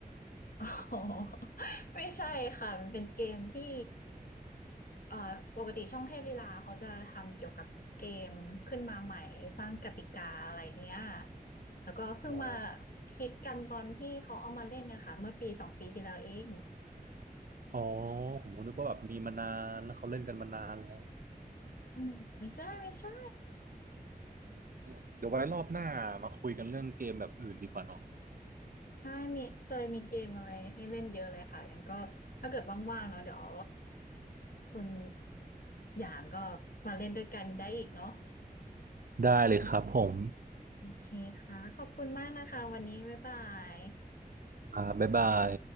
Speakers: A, on the left (about 65°); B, on the right (about 60°).
A: <laughs> อ๋อ <laughs> ไม่ใช่ค่ะมันเป็นเกมที่เอ่อปกติช่องเทพลีลาเขาจะทำเกี่ยวกับเกมขึ้นมาใหม่สร้างกติกาอะไรเงี้ยแล้วก็เพิ่งมา
B: อ๋อ
A: ฮิตกันตอนที่เขาเอามาเล่นนะคะเมื่อปีสองปีที่แล้วเอง
B: อ๋อผมนึกว่าแบบมีมานานแล้วเขาเล่นกันมานานแล้ว
A: อืมไม่ใช่ไม่ใช่
B: อืมเดี๋ยวไว้รอบหน้ามาคุยกันเรื่องเกมแบบอื่นดีกว่าเนอะ
A: ใช่มีเคยมีเกมอะไรให้เล่นเยอะเลยค่ะงั้นก็ถ้าเกิดว่างๆเนาะเดี๋ยวคุณอย่างก็มาเล่นด้วยกันได้อีกเนาะ
B: ได้เลยครับผม
A: โอเคค่ะขอบคุณมากนะคะวันนี้บ๊ายบาย
B: อ่าบ๊ายบาย